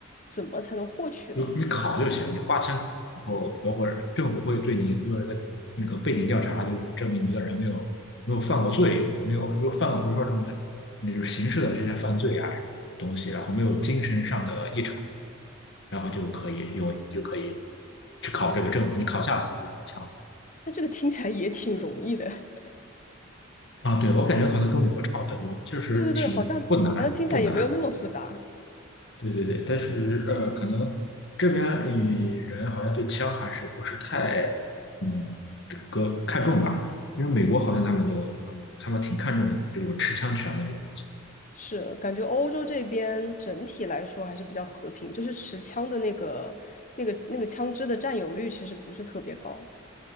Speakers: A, on the left; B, on the left.
A: 怎么才能获取呢？
B: 有你考就行，你花钱考，然后包括政府会对你做一个那个背景调查，就是证明你这个人没有没有犯过罪，没有没有犯过比如说什么那就是刑事的这些犯罪啊这种东西，然后没有精神上的异常，然后就可以用就可以去考这个证了，你考下来就可以拿枪。
A: 那这个听起来也挺容易的。
B: 啊，对，我感觉可能跟美国差不太多，确实挺不难，
A: <laughs> 对对对，好像好像听起来也没有那么复杂。
B: 不难。对对对，但是呃，可能这边呃人好像对枪还是不是太嗯这个看重吧，因为美国好像他们就嗯他们挺看重这个持枪权的这个东西。
A: 是，感觉欧洲这边整体来说还是比较和平，就是持枪的那个、那个、那个枪支的占有率其实不是特别高。